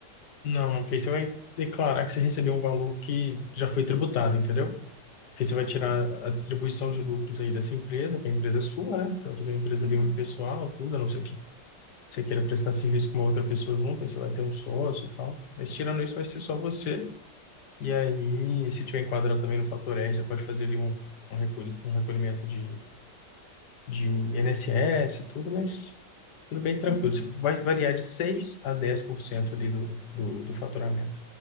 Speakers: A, on the left (about 65°); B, on the right (about 30°).
A: não, porque aí você vai declarar que você recebeu um valor que já foi tributado, entendeu? Aí você vai tirar
B: Certo.
A: a distribuição de lucros aí dessa empresa, que a empresa é sua, né? Você vai fazer uma empresa
B: Sim.
A: ali unipessoal, tudo, a não ser que você queira prestar serviço com uma outra pessoa junto, aí você vai ter um sócio e tal. Mas tirando isso, vai ser só você E aí, se tiver enquadrado também no fator R, você pode fazer ali um, um, recolhi- um recolhimento de, de INSS e tudo, mas tudo bem tranquilo.
B: Uhum.
A: Isso Vai variar de 6 a 10% ali do, do, do faturamento.